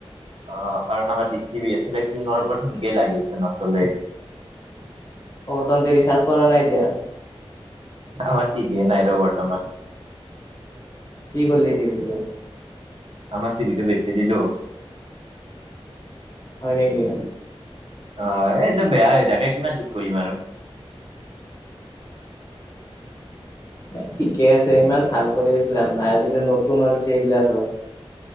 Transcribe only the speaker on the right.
অ কাৰণ আমাৰ দৃষ্টি বি আছিলে টিঙৰ ওপৰত সেনকেই লাগি আছে নচলে।
আমাৰ টিভিয়ে নাই ৰ বৰ্তমান।
আমাৰ টিভিতো বেছি দিলো।
অ এইটো বেয়াই হৈ তাকে কিমান ঠিক কৰিম আৰু।